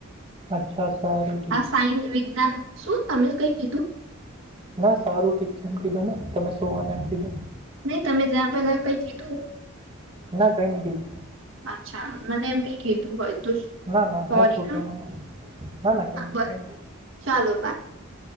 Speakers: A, on the right; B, on the right.
A: અચ્છા, સારું, ઠીક
B: આ
A: છે.
B: સાયસ વિજ્ઞાન શું તમે કઈ કીધુ
A: ના સારું ઠીક છે એમ કીધું ને તમે શુંવાનું એમ કીધુ
B: નઈ તમે ત્યાં પેલા કઈ કીધુ
A: ના કઈ નય કીધુ
B: અચ્છા મને એમ ક કીધું હોય તો
A: ના ના
B: સોરી
A: હું શું
B: હા
A: કેવાનું ના ના કઈ
B: હા બસ
A: ન કઈ
B: ચાલો